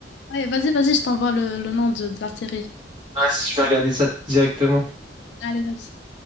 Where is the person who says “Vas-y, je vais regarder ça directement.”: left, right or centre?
Right